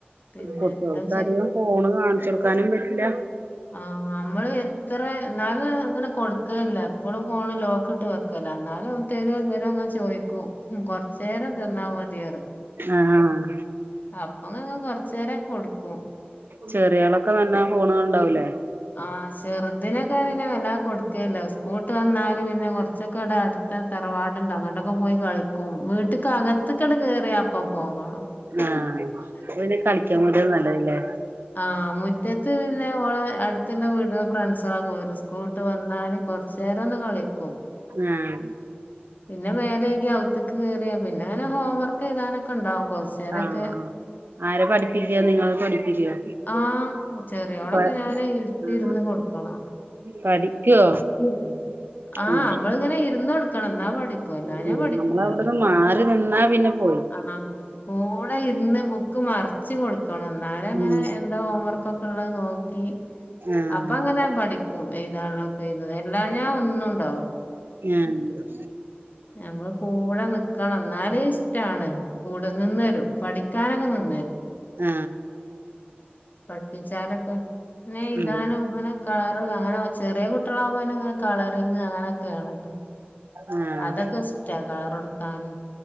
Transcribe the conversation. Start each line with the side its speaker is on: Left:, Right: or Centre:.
Left: പിന്നെ
Right: കുട്ടികൾക്ക്
Left: എന്താ
Right: അധികം ഫോണ് കാണിച്ചു കൊടുക്കാനും പറ്റില്ല
Left: ആ നമ്മള് എത്ര എന്നാലും അങ്ങനെ കൊടു ക്കല്ല എപ്പോഴും ഫോണ് ലോക്ക് ഇട്ട് വെക്കലാ എന്നാലും തരോ തരോഅങ് ചോയ്ക്കും കൊറച്ചേരം തെന്നാ മതിയറി
Right: ആഹ ആഹ
Left: അപ്പൊങ് കൊറച്ചേരൊക്കെ കൊടുക്കും
Right: ചെറിയ ആളൊക്കെ നല്ലോം ഫോണുകാണുണ്ടാവൂലേ
Left: ആഹ് ചെർ തിനൊക്കെ പിന്നെ വല്ലാതെ കൊടുക്കലില്ല സ്കൂൾ വിട്ട് വന്നാല് പിന്നെ കുറച്ചൊക്കെ ഇവിടെ അടുത്ത തറവാട്ണ്ട് അങ്ങട്ട് ഒക്കെ പോയി കളിക്കും വീട്ടക്ക് അകത്ത് ക്കങ്ങട്ട് കേറിയാ അപ്പ- അപ്പ ഫോൺ വേണം <unintelligible>
Right: ആഹ് അപ്പൊ പിന്നെ കളിക്കാൻ വിടാ നല്ലതല്ലേ
Left: ആഹ മുറ്റത്ത് പിന്നെ ഓളെ അടു ത്ത. വീട്ടിൽ ഫ്രണ്ട്സുകളൊക്കെവരും സ്കൂള്ട്ട് വന്നാല് കൊറച്ചേരം ഒന്ന് കളിക്കും
Right: ആഹ്
Left: പിന്നെ മേലയ്കിഅവ്ത്ത്ക്ക് കേയറിയ പിന്നെ അങ്ങനെ ഹോം വർക്ക് ചെയ്താനൊക്കെ ഉണ്ടാവും കൊറച്ചേരൊക്കെ
Right: ആഹ് ആരാ പഠിപ്പിക്കുക നിങ്ങള് പഠിപ്പിക്കുവോ?
Left: ആഹ ചെറിയ ളോടൊക്കെ
Right: ആഹ്
Left: ഞാന് അടുത്ത് ഇരുന്ന് കൊടുക്കണം
Right: പഠിക്കോ
Left: ഉ ആഹ്
Right: ഉം
Left: നമ്മളിങ്ങനെ ഇരിക്കണം എന്നാ പഠിക്കും അല്ലാഞ്ഞാൽ
Right: ഉം
Left: പഠിക്കൂല
Right: നമ്മളവിടുന്ന് മാറി നിന്നാ പിന്നെ പോയി
Left: ആഹ കൂടെ ഇരുന്ന് ബുക്ക്‌ മറി ച്ച് കൊടുക്കും ക്കണം എന്നാലും അങ്ങനെ
Right: ഉം
Left: എന്താ ഹോം വർക്ക് ഒക്കെ ഉള്ളത് നോക്കി
Right: ആഹ്
Left: അപ്പൊ അങ്ങനെ പഠിക്കും എഴതാളൊക്കെത് എഴ്തും എല്ലാ ഞാ ഒന്നുണ്ടാവും
Right: ആഹ്
Left: നമ്മ കൂടെ നിക്കണം എന്നാലും ഇഷ്ടാണ് കൂടെ നിന്നരും പഠിക്കാനൊക്കെ നിന്ന്
Right: ആ
Left: പഠിപ്പിച്ചാലൊക്കെ ന്നെ എഴുതാനും
Right: ഉം
Left: ഇങ്ങനെ കളറ് അങ്ങനെ <unintelligible> ചെറിയ കുട്ടികളാകുമ്പോങ്ങനെ കളറിങ്ങ് അങ്ങനെയൊക്കെയാണ്
Right: ആഹ്
Left: അതൊക്കെ ഇഷ്ടാ കളറൊട്ക്കാനും